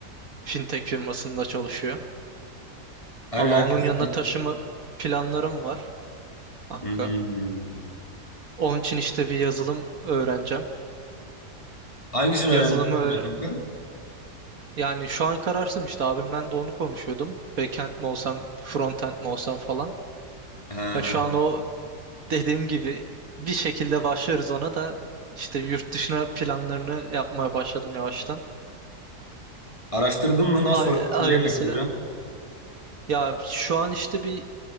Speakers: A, on the right (about 60°); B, on the left (about 20°).
A: Fintech firmasında çalışıyor.
B: Aynen
A: Allah
B: herkes.
A: onun yanına taşıma planlarım var kanka.
B: Hmm.
A: Onun için işte bir yazılım öğreneceğim.
B: Hangisini
A: Yazılımı
B: öğrendin
A: öğ-
B: kanka?
A: yani şu an kararsızım işte abimden de onu konuşuyordum. Backend mi olsam, frontend mi olsam falan.
B: Ha.
A: Ya şu an o dediğim gibi bir şekilde başlarız ona da işte yurt dışına planlarını yapmaya başladım yavaştan.
B: Araştırdın mı? Nasıl
A: Hay
B: oluyor?
A: hayırlısıyla.
B: Neye başvuracaksın?
A: Ya şu an işte bir